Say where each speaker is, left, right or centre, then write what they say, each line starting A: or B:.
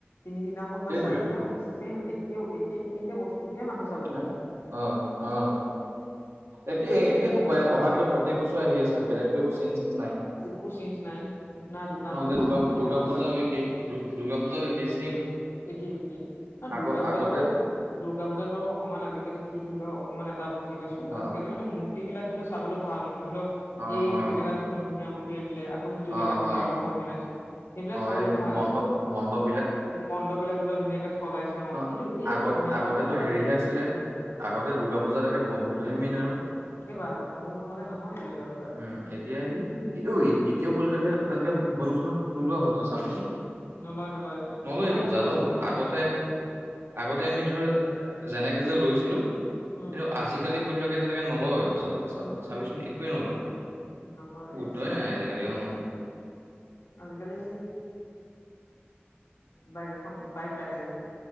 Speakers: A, on the left (about 75°); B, on the right (about 85°).
A: তিনিদিনাখন
B: সেইটোৱেইটো
A: বা চাৰিদিনাখন ছেম একে একেখিনিকে বস্তুকে মানুহে চাব
B: হে
A: যায়।
B: অ', অ',। একে একে সোবাই অহা কিন্তু প্ৰত্যেক বছৰে আহি আছে বেলেগতো একো চেঞ্জ নাই।
A: একো চেঞ্জ নাই না দোকান
B: অ',
A: এখন
B: এতিয়া দুৰ্গা
A: চেঞ্জ হৈছে
B: দুৰ্গা
A: না কিবা
B: পূজা
A: হৈছে
B: একেই দুৰ্গা পূজাও একেই চেম।
A: একেই একেই
B: আগ
A: দুৰ্গা পূজাত
B: আগতে
A: বাৰু দুৰ্গা পূজাত বাৰু অকমান আজিকালি আজিকালি কি ধৰি লও অকণমান এটা বুজি পাইছো
B: অ
A: আজিকালি মানে মূৰ্তি বিলাক ধৰি লও চাবলৈ ভাল মানে ধৰি লওক -
B: অ
A: এইটো
B: অ
A: জেগাত ধুনীয়া ধুনীয়া মূৰ্তি আনিলে আকৌ সিটো
B: অ
A: জেগাত ধৰিলেও
B: অ
A: আৰু ভাল বনাইছে সেইবিলাক
B: অ
A: চাবলৈ
B: এই
A: ভাল
B: মণ্ডপ মণ্ডপ
A: মণ্ডপ বিলাক ধৰি লওক ধুনীয়াকে সজাইছে।
B: অ
A: কিন্তু এই
B: আগতে
A: মেলা
B: আগতেটো
A: বিলাকত
B: হেৰিহে আছিলে আগতে দুৰ্গা পূজাতাকে বন্দুকটোহে মেইন আৰু।
A: সেইবা বন্ধুক নহ'লে নহয় দূৰ্গা পূজাত
B: উম এতিয়া স অ এতিয়া পোৱালি বিলাকে তেনেকে বন্ধুক চন্ধুক নোলোৱা হল তই চাবিচোন।
A: নলয় নলয়
B: নলয়ে
A: মোৰ তাত
B: পূজাত
A: এতিয়াও আছে
B: ন
A: বন্ধুকেইটা
B: আগতে আগতে আমি ধৰ যেনেকে যে লৈছিলোঁ।
A: উম
B: কিন্তু আজিকালি পোৱালি বিলাকে তেনেকে নলয় চব
A: উহু
B: চাবিচোন একোৱেই নলয়
A: নলয়
B: গুৰুত্ব
A: এই
B: নাই আজি কালি অ
A: আজিকালি বাইক এখন বাইক লাগে আজিকালি।